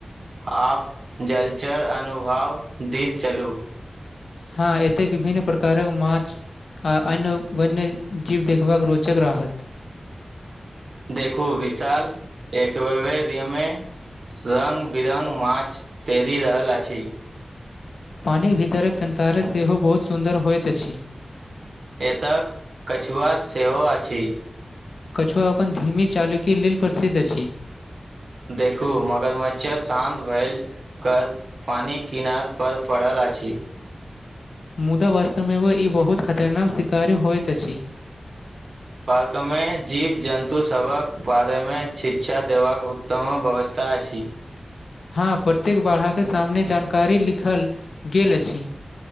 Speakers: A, on the right (about 75°); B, on the left (about 80°).
A: आब जल चर अनुभव दिस चलू
B: हाँ एते विभन्न प्रकारक माछ आ अन्य वन्य जीव देखबाक रोचक रहत
A: देखू विशाल एक बे बे रमें संङ्ग बिरङ्ग मारछ तैरि रहल अछि
B: पानिक भीतरक संसार सेहो बहुत सुन्दर होइत अछि
A: एतऽ कछुआ सेहो अछि
B: कछुआ अपन धीमी चाल के लेल प्रसिद्ध अछी
A: देखू मगर मच्छर शान्त भैल कद पानि किनार पर पड़ल अछि
B: मुदा वास्तव मे एगो ई बहुत खतरनाक शिकारी होइत अछि
A: पार्क में जीव जन्तु सभक बारे में शिक्षा देबाक उत्तम व्यवस्था अछि
B: हाँ प्रत्येक बारह के सामने जानकारी लिखल गेल अछि